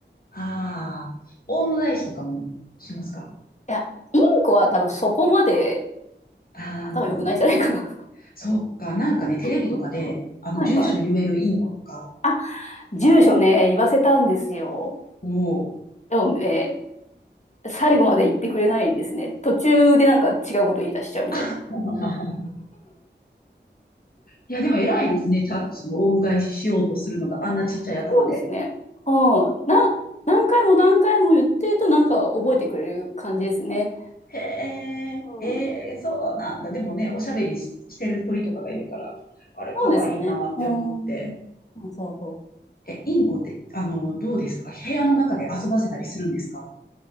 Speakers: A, on the left; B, on the left.
A: ああ、大野返しとかもしますか
B: や、インコは多分そこまで
A: ああ、
B: 頭良くないんじゃないかな。
A: そっか。なんかね、テレビとかで、
B: うんうんはいはい。
A: あの、住所言えるインコとか
B: あ、住所ね、言わせたんですよ。
A: を、
B: でもね、最後まで言ってくれないですね。途中でなんか違うこと言い出しちゃうみたいな。
A: <laughs> いや、でも偉いですね。ちゃんとその、オウム返ししようとするのが、あんなちっちゃい頭で。
B: あそうですね。うん。な、何回も何回も言ってるとなんか覚えてくれる感じですね。
A: へえ、
B: うん。
A: ええ、そうなんだ。でもね、おしゃべりし、してる鳥とかがいるから、あれ、
B: そうですね。
A: かわいいなって思って。
B: うんそうそうそう。
A: え、インコって、あの、どうですか部屋の中で遊ばせたりするんですか